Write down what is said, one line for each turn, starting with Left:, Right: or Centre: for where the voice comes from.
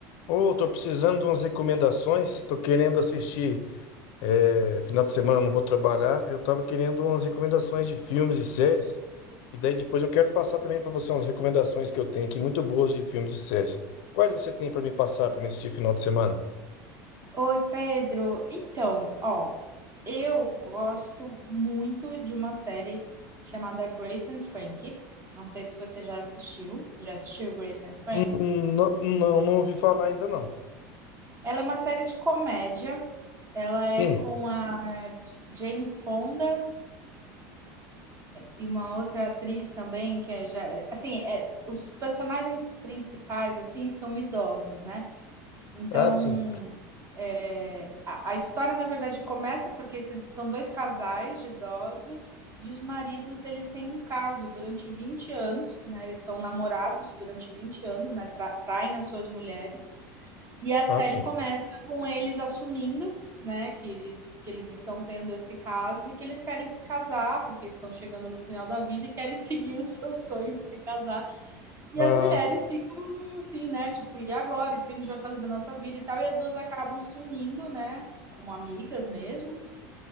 Left: Ô, tô precisando de umas recomendações. Tô querendo assistir. é, final de semana eu não vou trabalhar. Eu tava querendo umas recomendações de filmes e séries. E daí depois eu quero passar também pra você umas recomendações que eu tenho aqui, muito boas de filmes e séries. Quais você tem pra me passar pra me assistir final de semana?
Right: Oi, Pedro. Então, ó, eu gosto muito de uma série chamada Grace and Frankie. Não sei se você já assistiu. Você já assistiu Grace and Frankie?
Left: Hum, Não, não, não ouvi falar ainda não.
Right: Ela é uma série de comédia. Ela
Left: Sim.
Right: é com a J- Jane Fonda e uma outra atriz também que é já, assim, é- os personagens principais assim são idosos, né? Então
Left: Ah, sim.
Right: É, a, a história, na verdade, começa porque esses são dois casais de idosos e os maridos eles têm um caso durante 20 anos, né? Eles são namorados durante 20 anos, né? Tra traem as suas mulheres. E a série
Left: Ah, sim.
Right: começa com eles assumindo, né, que eles que eles estão tendo esse caso e que eles querem se casar, porque estão chegando no final da vida e querem <laughs> seguir o seu sonho de se casar. E
Left: Ah,
Right: as mulheres ficam assim, né? Tipo, e agora? O que a gente vai fazer da nossa vida e tal? E as duas acabam se unindo, né? Como amigas mesmo.